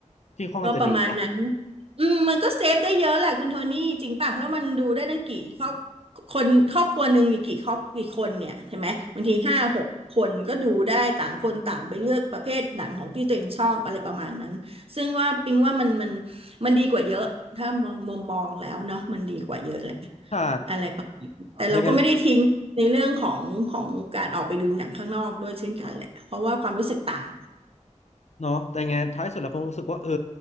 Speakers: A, on the left (about 60°); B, on the right (about 50°).
A: ที่ค่อนข้างจะดีเนาะ
B: ก็ประมาณนั้นอืมมันก็เซฟได้เยอะแหละคุณโทนี่จริงป่ะแล้วมันดูได้ตั้งกี่ครอบคนครอบครัวหนึ่งมีกี่ครอบกี่คนเนี่ยใช่ไหมบางทีห้าหกคนก็ดูได้ต่างคนต่างไปเลือกประเภทหนังของที่ตัวเองชอบอะไรประมาณนั้นซึ่งว่าปิงว่ามันมันมันดีกว่าเยอะถ้ามองมุมมองแล้วเนาะมันดีกว่าเยอะเลย
A: ใช่
B: อะไรประมาณน้แต่เราก็ไม่ได้ทิ้งในเรื่องของของการออกไปดูหนังข้างนอกด้วยเช่นกันแหละเพราะว่าความรู้สึกต่าง
A: ยังไงรู้สึก เนาะแต่ไงท้ายสุดแล้วผมรู้สึกว่าเออ